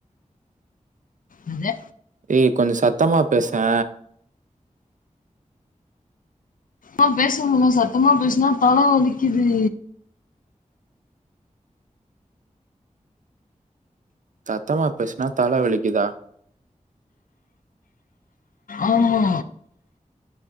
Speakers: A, on the left (about 85°); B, on the right (about 70°).
A: எங்க
B: ஹே கொஞ்சம் சத்தமா பேசே
A: ஆ பேசும்முள்ள சத்தமா பேசுனா தல வலிக்குது
B: தத்தமா பேசினா தல வலிக்குதா
A: ஆமா